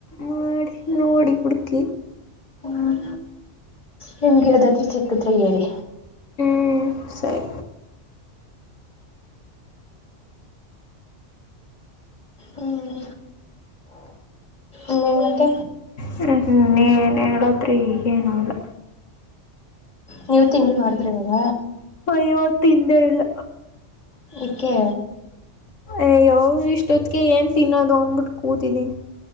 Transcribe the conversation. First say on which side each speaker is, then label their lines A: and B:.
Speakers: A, on the left; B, on the left.
A: ಮಾಡಡಿ ಓಡಿಬಿಡುಕ
B: ಹ್ಮ್ ನಿಮ್ಗೆ ಅದಾದ್ರೂ ಚಕ್ಕಿದ್ರ ಹೇಳಿ
A: ಹ್ಞೂ ಸರಿ
B: ಹ್ಮ ಇನ್ನೇನ್ ಮತ್ತೆ
A: ಹ್್ಮ ನೀೇನ್ ಹೇಳತ್ರರಿ ಈ ಏನು ಹೇಳಲ್ಲ
B: ನೀವು ತಿಂಡಿ ಮಾಡಿದ್ರ ಇಾಗ
A: ಅಯ್ಯೋ ತಿಂದೆ ಇಲ್ಲ
B: ೆ
A: ಅಯ್ಯವ ಇಷ್ಟೊತ್ಿಗೆ ಏನ್ ತಿನ್ನೋದು ಅಂದ್ಬಿಟ್ಟು ಕೂತಿದಿನ